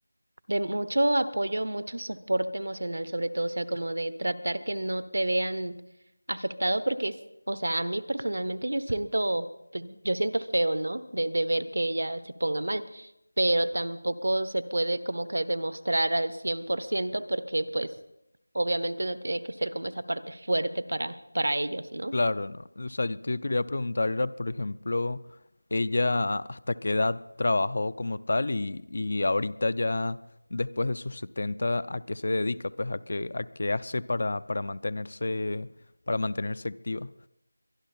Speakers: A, on the right; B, on the left.
A: de mucho apoyo, mucho soporte emocional, sobre todo, o sea, como de tratar que no te vean afectado, porque es, o sea, a mí personalmente yo siento, pues, yo siento feo, ¿no? De, de ver que ella se ponga mal, pero tampoco se puede como que demostrar al 100% porque, pues, obviamente uno tiene que ser como esa parte fuerte para, para ellos, ¿no?
B: Claro, no. O sea, yo te quería preguntar, era, por ejemplo, ella hasta qué edad trabajó como tal y, y ahorita ya después de sus setenta ¿a qué se dedica? Pues a qué, a qué hace para, para mantenerse, para mantenerse activa.